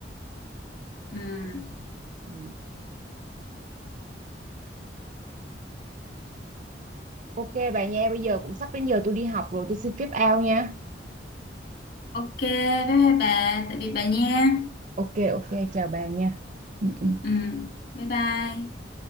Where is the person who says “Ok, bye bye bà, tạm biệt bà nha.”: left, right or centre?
Left